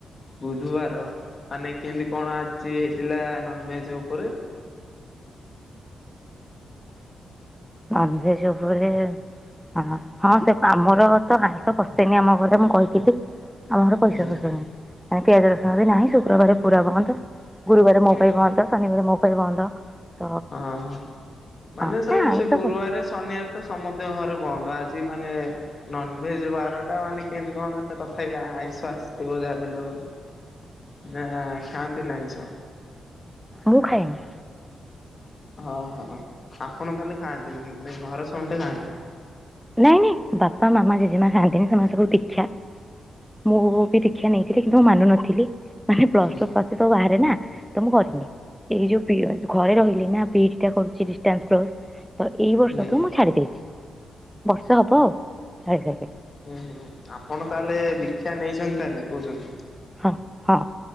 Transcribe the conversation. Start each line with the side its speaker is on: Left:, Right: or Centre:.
Left: ବୁଧବାର ମାନେ କେମିତି କଣ ଆଜି ହେଇଥିଲା ନନଭେଜ ଉପରେ?
Centre: ନନଭେଜ ଉପରେ? ହଁ ହଁ ସେ ଆମର ତ ଆଇଁଷ ପଶେନି ଆମ ଘରେ ମୁଁ କହିଥିଲି। ଆମ ଘର ପଇସା
Left: ହୁଁ
Centre: ଫଇସା ନାହିଁ ମାନେ ପିଆଜ ରସୁଣ ବି ନାହିଁ ଶୁକ୍ରବାର ପୁରା ବନ୍ଦ। ଗୁରୁବାରେ
Left: ହଁ
Centre: ମୋ ପାଇଁ ବନ୍ଦ। ଶନିବାରେ ମୋ ପାଇଁ ବନ୍ଦ। ତ
Left: ହଁ ମାନେ
Centre: ହଁ
Left: ସବୁ
Centre: ପ୍ରାୟ ଆଇଁଷ
Left: ସେ ଗୁରୁବାରେ
Centre: ପଶେ
Left: ଶନିବାରେ ତ ସମତିଙ୍କ ଘ ବନ୍ଦ ଆଜି ମାନେ ନନଭେଜ ବାରଟା ମାନେ କେମିତି କଣ ତଥାପି ଆଇଁଷ ଆସିଥିବ ଯା ବି ହେଲେ ଘରକୁ? ନା ଖାଆନ୍ତି ଆଇଁଷ।
Centre: ମୁଁ ଖାଏନି।
Left: ହଁ ହଁ ଆପଣ ତାହେଲେ ଖାଆନ୍ତିନି, ଘରେ ସମନ୍ତେ ଖାଆନ୍ତି।
Centre: ନାଇଁ ନାଇଁ ବାପା, ମାମା, ଜେଜେମା ଖାଆନ୍ତିନି ସେମାନେ ସବୁ ଦୀକ୍ଷା। ମୁଁ ବି ଦୀକ୍ଷା ନେଇଥିଲି କିନ୍ତୁ ମାନୁ ନଥିଲି। ମାନେ ପ୍ଲସ
Left: ହୁଁ
Centre: ଟୁ ପର୍ଯ୍ୟନ୍ତ ବାହାରେ ନା ତ ମୁଁ କରିନି ଏଇ ଯୋଉ ଘରେ ରହିଲି ନା ବିଡିଟା କରୁଛି ଡିଷ୍ଟାନ୍ସ କୋର୍ସ ତ ଏଇ ବର୍ଷ
Left: ହୁଁ
Centre: ତୁ ମୁଁ ଛାଡି ଦେଇଛି। ବର୍ଷେ ହେବ ଆଉ ଛାଡିସାରିଲିଣି।
Left: ହୁଁ ହୁଁ ଆପଣ ତାହେଲେ ଦୀକ୍ଷା ନେଇଛନ୍ତି ତାହେଲେ କହୁଛନ୍ତି।
Centre: ହଁ ହଁ